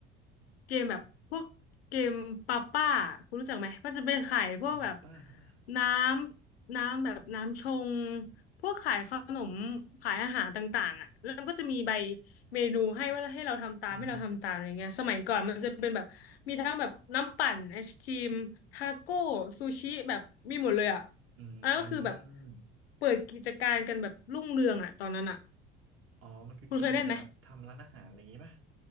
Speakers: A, on the left; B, on the right.
A: เกมแบบพวกเกมปาป้าคุณรู้จักไหมมันจะเป็นขายพวกแบบ
B: ป้าป้าล่ะ
A: น้ำน้ำแบบน้ำชงพวกขายขนมขายอาหารต่างๆอ่ะแล้วมันก็จะมีใบ เมนูให้ว่าให้เราทำตามให้เราทำตามอะไรเงี้ยสมัยก่อนมันจะเป็นแบบมีทั้งแบบน้ำปั่นไอศครีมทาโก้ซูชิแบบมีหมดเลยอ่ะ
B: อือฮึอืม
A: อันนั้นก็คือแบบเปิดกิจการกันแบบรุ่งเรืองอ่ะตอนนั้นอ่ะ
B: อ๋อมันคือเกมเหมือนแบบทำร้านอาหารอะไรอย่างงี้ป่ะ
A: คุณเคยเล่นไหม